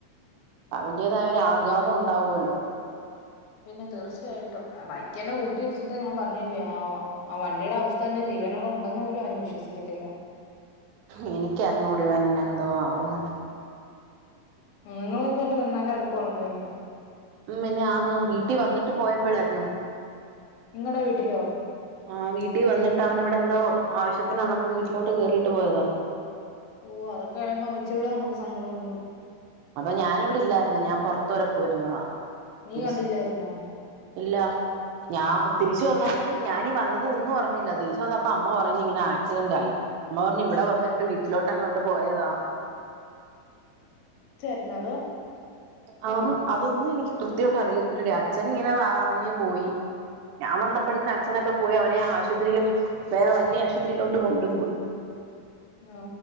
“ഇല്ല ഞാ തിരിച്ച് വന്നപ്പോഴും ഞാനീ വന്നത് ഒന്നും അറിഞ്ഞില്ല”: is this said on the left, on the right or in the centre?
Right